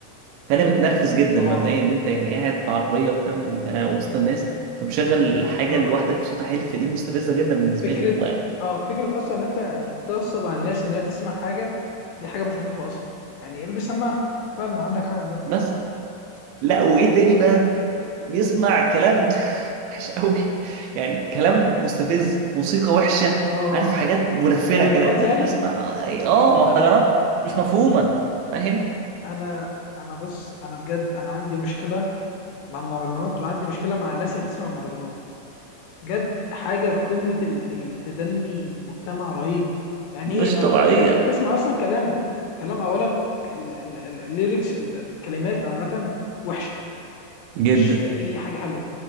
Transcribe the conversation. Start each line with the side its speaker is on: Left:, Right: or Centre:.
Right: فانا متنرفز جدا
Left: اه
Right: مبدئيا ان انت يعني قاعد في عربيه وبتاع انت وسط الناس فمشغل حاجه
Left: اه
Right: لوحدك بصوت عالي فدي مستفزه جدا بالنسبه
Left: فكره
Right: لي هو
Left: اه فكره اصلا ان انت يعني تغصب على الناس انها تسمع حاجه دي حاجه مش لطيفه اصلا يعني البس سماعه فعلا عندك حق في ده
Right: بس لا وايه تاني بقى بيسمع كلام <laughs> وحش قوي يعني كلام مستفز موسيقى وحشة
Left: اه
Right: عارف حاجات منفرة
Left: مهرجانات
Right: كده انت
Left: يعني
Right: بتسمع اه آه، مهرجانات مش مفهومة فاهم
Left: انا انا بص انا بجد انا عندي مشكله مع المهرجانات وعندي مشكله مع الناس اللي بتسمع مهرجانات بجد حاجه في قمه ال- التدني في المجتمع رهيب يعني
Right: مش
Left: ايه يعني
Right: طبيعية
Left: حاجه انت بتسمع اصلا كلام كلام اولا ال- ال- ال- الليركس ال- الكلمات عامه وحشه
Right: جدا
Left: مفيش في اي حاجه حلوه